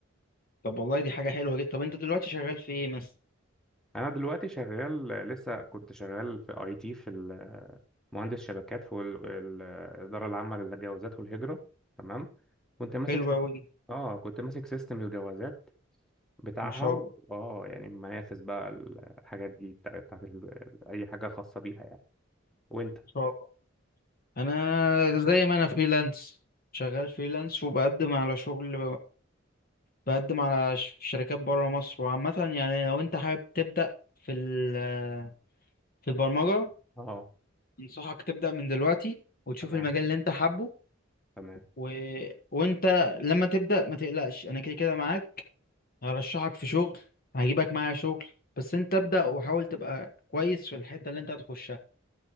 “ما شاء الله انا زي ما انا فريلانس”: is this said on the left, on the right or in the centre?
Left